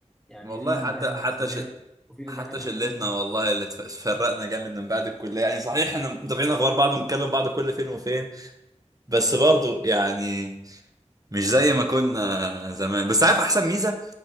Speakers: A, in the centre; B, on the right.
A: يعني
B: والله
A: في اللي
B: حتى
A: دخل
B: حتى
A: حسابات
B: ش...
A: وفي اللي
B: حتى
A: دخل
B: شلتنا
A: هندسه
B: والله اللي اتف- اتفرقنا جامد من بعد الكليه يعني صحيح احنا متابعين اخبار بعض وبنتكلم بعض كل فين وفين بس
A: اه
B: برضو يعني مش زي ما كنا زمان بس عارف احسن ميزه